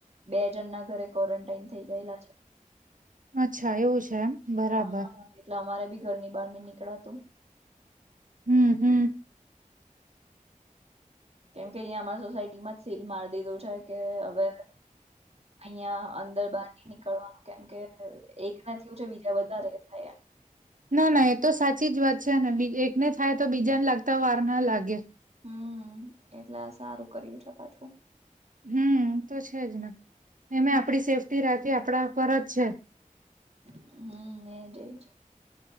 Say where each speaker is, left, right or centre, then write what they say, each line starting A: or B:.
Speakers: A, on the right; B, on the right.
A: બે જણ ના ઘરે ક્વોરન્ટાઈન થઈ ગયેલા છે.
B: અચ્છા એવું છે એમ બરાબર
A: હા એટલે અમારે ભી ઘરની બહાર નઈ નીકળાતું <inaudible>
B: હમ હમ.
A: કેમ કે અહીંયા અમારા સોસાયટીમાં જ સીલ મારી દીધું છે, કે હવે અહિયાં અંદર બહાર નઈ નીકળવાનું કેમ કે એક ના થયું છે, બીજા વધારે થાય એમ
B: ના ના એ તો સાચી જ વાત છે, ને એકને થાય તો બીજાને લાગતા વાર ના લાગે
A: હમ એટલે સારું કર્યું છે, પાછું
B: હમ તો છે, જ ને
A: હમ
B: એમે આપડી સેફ્ટી રાખી આપણા પર જ છે,
A: હમ એજ એજ